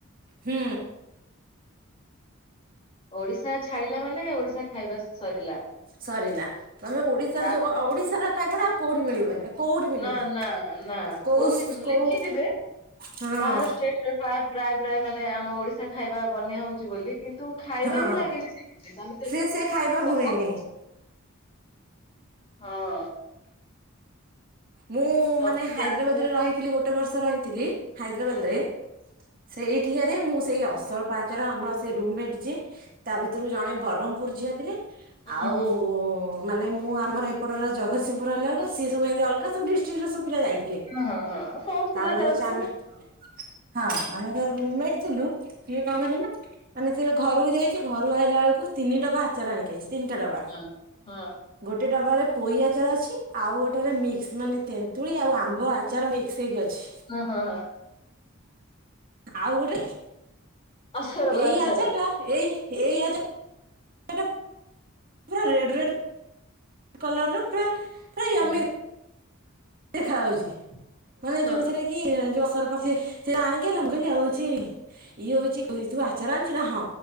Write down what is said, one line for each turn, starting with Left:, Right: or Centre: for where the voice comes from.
Right: ହୁଁ।
Left: ଓଡିଶା ଛାଡିଲା ମାନେ ଓଡିଶା ଖାଇବା ସରିଲା।
Right: ସରିଲା ତମେ ଓଡିଶାର
Left: ତା
Right: ଯୋଉ ଓଡିଶାର ଖାଇବାଡା ଆଉ କୋଉଠି ମିଳିବନି। କୋଉଠି ବି
Left: ନା
Right: ନୁହେଁ।
Left: ନା ନା
Right: କୋଉ
Left: କୋଉଠି ବି ନୁଏ
Right: କୋଉ
Left: ଲେଖିଥିବେ
Right: ହଁ
Left: ବାହାର ଷ୍ଟେଟ୍ ପ୍ରାୟ ପ୍ରାୟ ପ୍ରାୟ ମାନେ ଆମ ଓଡିଶା ଖାଇବା ବନେଇ ହଉଛି ବୋଲି କିନ୍ତୁ ଖାଇବା
Right: ହଁ
Left: ହିଁ ଲାଗେନି <unintelligible>
Right: ସେ ସେ ଖାଇବା ହୁଏନି।
Left: ହଁ।
Right: ମୁଁ
Left: ସବୁ
Right: ମାନେ ହାଇଦ୍ରାବାଦ
Left: ଜାଣିଥିବ।
Right: ରେ ରହିଥିଲି ଗୋଟେ ବର୍ଷ ରହିଥିଲି ହାଇଦ୍ରାବାଦ
Left: ହୁଁ ହୁଁ
Right: ରେ। ସେଇଠି ହାରି ମୁଁ ସେଇ ଅସରପା ଆଚର ଆମର ସେଇ ରୁମମେଟ ଯିଏ ତା ଭିତୁରୁ ଜଣେ ବରହ୍ମପୁର ଝିଅ ଥିଲେ।
Left: ହୁଁ
Right: ଆଉ
Left: ହୁଁ
Right: ମାନେ ମୁଁ ଆମର ହେପଟର ଜଗସିଂହପୁର ହେଲା ବେଳୁକୁ ସିଏ ସବୁ ଏମିତି ଅଲଗା ସବୁ ଡିଷ୍ଟ୍ରିକଟର ସବୁ ପିଲା ଯାଇଥିଲେ।
Left: ହଁ ହଁ ବୋହୁତ
Right: ତାପରେ
Left: ପିଲା ଯାଉଥିବେ।
Right: ହଉଛି ଆମେ ହଁ ଆମେ ଯୋଉ ରୁମମେଟ ଥିଲୁ ସୀଏ କଅ କରିଚନ୍ତି ନା ମାନେ ସିଏ ଘରୁକୁ ଯାଇଛି ଘରୁ ଆଇଲା ବେଳକୁ ତିନି ଡବା ଆଚାର ଆଣିକି ଆଇଛି। ତିନିଟା ଡବା
Left: ହଁ ହଁ
Right: ଗୋଟେ ଡବାରେ ପୋଇ ଆଚାର ଅଛି। ଆଉ ଗୋଟେରେ ମିକ୍ସ ମାନେ ତେନ୍ତୁଳି ଆଉ ଆମ୍ବ ଆଚାର ମିକ୍ସ ହେଇକି ଅଛି।
Left: ହୁଁ ହୁଁ ହୁଁ।
Right: ଆଉ ଗୋଟେ
Left: ଆଚାର ବା
Right: ଏଇ
Left: ଆଚାର
Right: ଆଚରଟା ଏଇ ଏଇ ଆଚା ର ଟା ପୁରା ରେଡ୍ ରେଡ୍ କଲର୍ ର ପୁରା ପୁରା ୟମ୍ମି
Left: ହୁଁ
Right: ଦେଖାହଉଛି ମାନେ
Left: ହଁ
Right: ଯୋଉଥିରେ କି ଯୋଉ ଅସରପା ଚି ଆଣିକି ହେଲା ମୁ କହିଲିି ଆଉ ଛି ଇଏ ହଉଛି ତୁ ଆଚାର ଆଣିଚୁ ନା ହଁ।